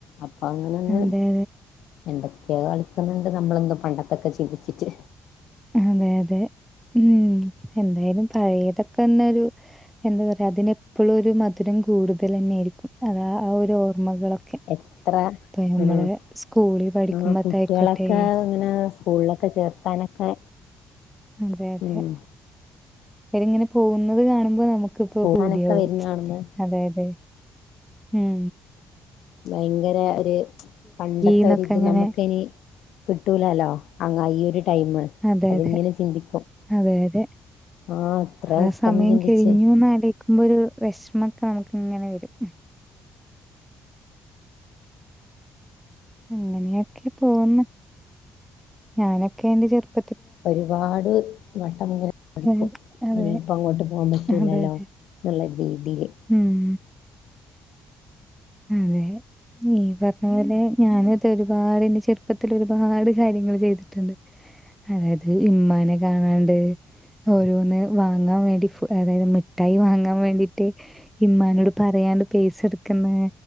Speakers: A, on the left; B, in the centre.
A: അപ്പൊ അങ്ങനെ അങ്ങ്
B: അതെ അതെ
A: എന്തൊക്കെയോ കളിക്ക്ന്ന്ണ്ട് <unintelligible> നമ്മളൊന്നും പണ്ടത്തൊക്കെ ചിന്തിച്ചിട്ട്
B: അതെ അതെ മ് എന്തായാലും പഴയതൊക്കെന്നൊരു എന്താ പറയാ അതിനെപ്പോളും ഒരു മധുരം കൂടുതലെന്നെയായിരിക്കും അതാ ആ ഒരു ഓർ <unintelligible> ഓർമ്മകളൊക്കെ
A: എത്ര
B: ഇപ്പം ഞമ്മള്
A: ഉം
B: സ്കൂളിൽ പഠിക്കുമ്പത്തെ
A: ആ കുട്ടികളൊക്കെ
B: ആയിക്കോട്ടെ
A: ഇങ്ങനെ സ്കൂളിലൊക്കെ ചേർത്താനൊക്കെ
B: അതെ അതെ
A: ഉം
B: അവരിങ്ങനെ പോകുന്നത് കാണുമ്പോ നമുക്ക് ക്ക്‌ ഇപ്പോ
A: പോകാനൊക്കെ
B: പൂതിയാവും
A: വരുന്ന കാണുമ്പോ
B: അതായതാ മ്
A: ഭയങ്കര ഒരു പണ്ടത്തെ
B: എന്നൊക്കെ
A: ഒരു ഇത്
B: അങ്ങനെ
A: നമുക്ക് ഇനി കിട്ടൂലാല്ലോ അങ്ങ ഈ ഒരു ടൈമ്
B: അതെ
A: അതിങ്ങനെ
B: അതെ
A: ചിന്തിക്കും
B: അതെ അതെ
A: ആ എത്ര
B: ആ
A: വട്ടം
B: സമയം
A: ചിന്തിച്ച്
B: കഴിഞ്ഞൂന്നാലേജിക്കുമ്പോ ഒരു വിഷമൊക്കെ നമുക്ക് ഇങ്ങനെ വരും അങ്ങനെയൊക്കെ പോന്ന് ഞാനൊക്കെ എന്റെ ചെറുപ്പ
A: ഒരുപാട് വട്ടമിങ്ങനെ പഠിക്കും
B: അതെ അതെ
A: ഇനിയിപ്പ അങ്ങോട്ട് പോകാൻ പറ്റൂലല്ലോ
B: അതെ അതെ
A: എന്നുള്ള രീതിയില്
B: ഉം അതെ ഈ പറഞ്ഞ പോലെ ഞാന് ഇത് ഒരുപാടെന്റെ ചെറുപ്പത്തിൽ ഒരുപാട് കാര്യങ്ങൾ ചെയ്തിട്ടുണ്ട് അതായത് ഇമ്മാനെ കാണാണ്ട് ഓരോന്ന് വാങ്ങാൻ വേണ്ടി ഫ് അതായത് മിഠായി വാങ്ങാൻ വേണ്ടിട്ട് ഇമ്മാനോട് പറയാണ്ട് പൈസെടുക്കുന്ന്